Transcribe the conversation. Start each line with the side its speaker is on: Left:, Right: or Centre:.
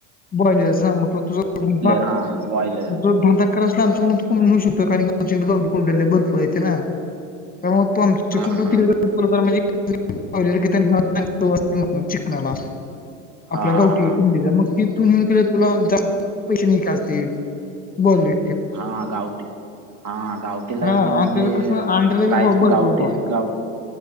Left: बॉयलरचा म्हटलं तुझं कुठं
Right: हां बॉईल
Left: जोधांधा करतंअसलां आमच्याकडं तुं कोंबड नेऊं शकतो कारणं आमच्याकडे गांवटी कोंबड्यांला भरंपूर येते नां त्यां मंग तुं आमच्या
Right: हा
Left: चुकूण
Right: हा हा
Left: तिकडेणजे कि असते चिकनांला
Right: हा
Left: आपल्या
Right: हा
Left: गांवठी कोंबडीचा मंग तिथूंनऊंन केली तुलां जास्तं पैसे नि चालती बोलं ले
Right: हां हां गांवटी हां हां गांवटीला
Left: हा
Right: इकडे
Left: आणि
Right: म्हणजे
Left: त्याचं कसं अंड्याला बी
Right: प्राईज
Left: भाव भरपूर
Right: गांवटी
Left: भाव आहे.
Right: गावं